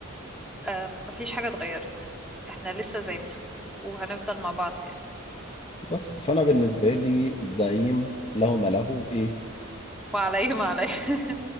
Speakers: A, in the centre; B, on the left.
A: آه، مفيش حاجة اتغيرت احنا لسه زي ما احنا وهنفضل مع بعض يعني
B: بس فانا بالنسبه لي الزعيم له ما له ايه
A: وعليه ما عليه